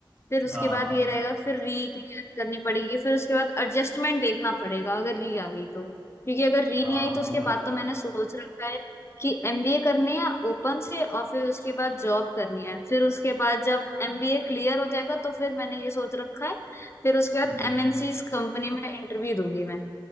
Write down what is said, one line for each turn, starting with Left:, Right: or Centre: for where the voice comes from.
Left: फिर
Centre: हाँ
Left: उसके बाद ये रहेगा फिर री क्लियर करनी पड़ेगी फिर उसके बाद एडजस्टमेंट देखना पड़ेगा अगर री आ गई तो क्योंकि अगर री
Centre: हाँ
Left: नहीं आई तो
Centre: वो
Left: उसके
Centre: तो है
Left: बाद तो मैंने सोच रखा है कि एमबीए करनी है ओपन से और फिर उसके बाद जॉब करनी है फिर उसके बाद जब एमबीए क्लियर हो जाएगा तो फिर मैंने ये सोच रखा है फिर उसके बाद
Centre: हम्म,
Left: एमएनसी कंपनी में इंटरव्यू दूंगी मैं